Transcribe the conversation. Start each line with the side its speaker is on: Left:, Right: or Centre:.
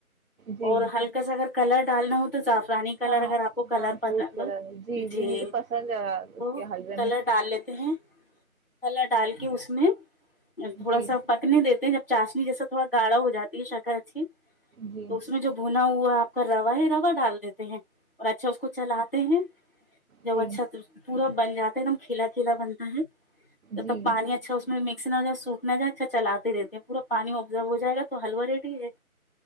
Right: جی
Left: اور ہلکا سا اگر کلر ڈالنا ہوتا تو جعفرانی کلر
Right: ہاں
Left: اگر آپ کو
Right: ہاں
Left: کلر پسند
Right: فوڈ کلر
Left: ہو جی
Right: مجھے پسند ہے
Left: تو
Right: اس کے حلوے
Left: کلر
Right: میں
Left: ڈال لیتے ہیں کلر ڈال کے اس میں تھوڑا
Right: جی
Left: سا پکنے دیتے ہیں جب چاسنی جسا تھوڑا گاڑھ ہو جاتی ہے شکر اچھی تو
Right: جی
Left: اس میں جو بھونا ہوا آپ روا ہی روا ڈال دیتے ہیں اور اچھا اس کو چلاتے ہیں جب
Right: جی
Left: اچھا پورا بن جاتا ایک دم کھیلا چھیلا بنتا ہے تو
Right: جی
Left: تب پانی اچھا اس میں م ا سوکھنا جا اچھا چلے رہتے ہیں پورا پانی جب ہو جائے گا تو حلوہ ریڈ ہی ہے